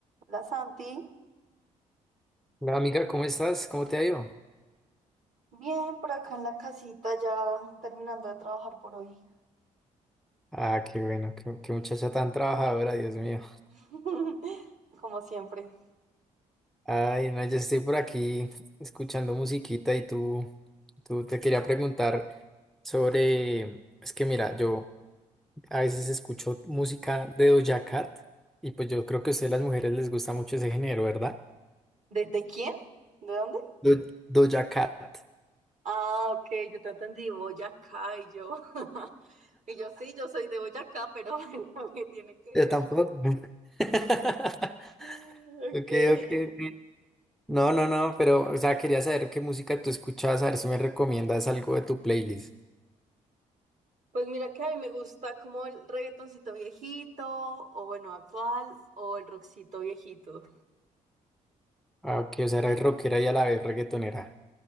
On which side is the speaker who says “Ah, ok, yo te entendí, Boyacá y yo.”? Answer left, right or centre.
Right